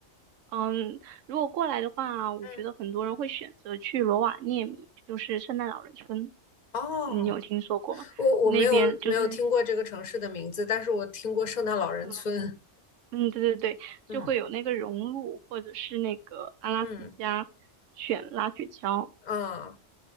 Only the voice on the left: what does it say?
嗯，
哦。
我我没有没有听过这个城市的名字，
但是我听过圣诞老人村。
嗯
嗯啊